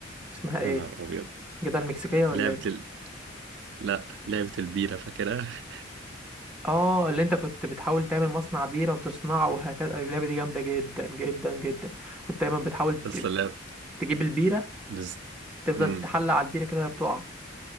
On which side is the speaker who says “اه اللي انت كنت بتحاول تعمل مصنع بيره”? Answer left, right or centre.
Centre